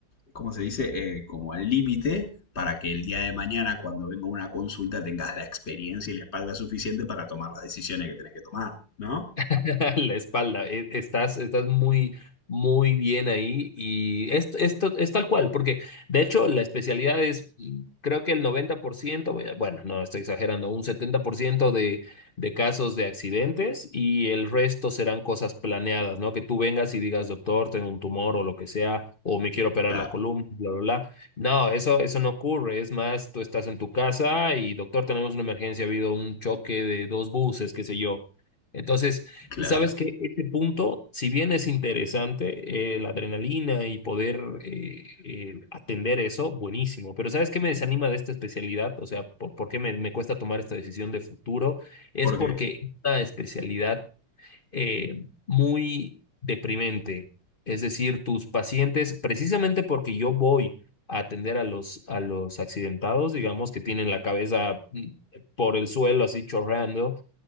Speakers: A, on the left; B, on the left.
A: ¿cómo se dice? Eh, como al límite para que el día de mañana, cuando venga una consulta, tengas la experiencia y la espalda suficiente para tomar las decisiones que tenés que tomar, ¿no?
B: <laughs> La espalda. E- Estás, estás muy, muy bien ahí y esto, esto es tal cual, porque de hecho la especialidad es, mm, creo que el 90%, voy a- bueno, no estoy exagerando, un 70% de, de casos de accidentes y el resto serán cosas planeadas, ¿no? Que tú vengas y digas, doctor, tengo un tumor o lo que sea, o me quiero operar
A: Claro,
B: la columna, bla, bla, bla. No, eso, eso no ocurre. Es más, tú estás en tu casa y, doctor, tenemos una emergencia, ha habido un choque de dos buses, qué sé yo. Entonces,
A: claro.
B: Sabes que ese punto, si bien es interesante, eh, la adrenalina y poder eh, eh, atender eso, buenísimo. Pero ¿sabes qué me desanima de esta especialidad? O sea, ¿por, por qué me, me cuesta tomar esta decisión de futuro? Es
A: ¿Por
B: porque
A: qué?
B: es una especialidad eh, muy deprimente. Es decir, tus pacientes, precisamente porque yo voy a atender a los, a los accidentados, digamos, que tienen la cabeza mm, por el suelo así chorreando